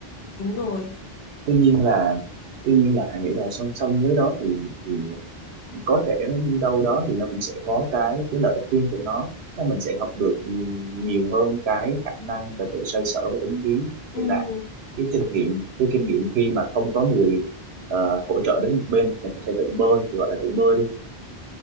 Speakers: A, on the left; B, on the right.
A: Đúng rồi.
B: tuy nhiên là tuy nhiên là Hà nghĩ là song song với đó thì, thì có thể đâu đó thì nó cũng sẽ có cái cái lợi ích riêng của nó Tức mình sẽ học được nhiều hơn cái khả năng và tự xoay sở và ứng biến
A: Ừm,
B: như là cái kinh nghiệm cái kinh nghiệm khi mà không có người ờ, hỗ trợ đến một bên mình có thể tự bơi gọi là tự bơi đi